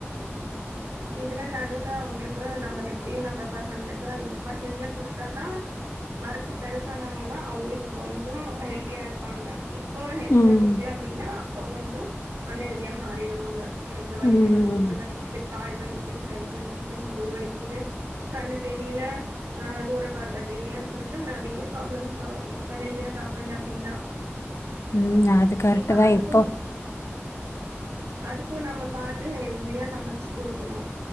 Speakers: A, on the right; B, on the left.
A: இதுல நடுல அவுங்களுக்கு நம்ம எப்டியு நம்ம பசங்களுக்கு இப்ப ஹெல்தியா குடுத்தாதா மறுபடி பெருசானாங்கன்னா அவுங்களுக்கு கொஞ்சொ ஹெல்தியா இருப்பாங்க இப்போ ஹெல்தியா
B: ம்
A: குடுக்கல அப்டின்னா அப்ப கொஞ்சொ அன்ஹெல்தியா மாறிடுவாங்க இது வலிக்கிது
B: ம்
A: மூட்டு வலிக்கிது கால் வலிக்கிது கை வலிக்கிது முதுகு வலிக்கிது கண்ணு தெரியல ஆ தூர பார்வ தெரியலன்னு சொல்லிட்டு நெறையா ப்ராப்ளம்ஸ் வரு இப்ப ஹெல்தியா சாப்டல அப்டின்னா
B: ம் அது கரட்டு
A: இப்ப
B: தா
A: அதுக்கு
B: இப்போ
A: அதுக்கு நம்ம பாத்து ஹெல்தியா சமைச்சு குடுக்கணு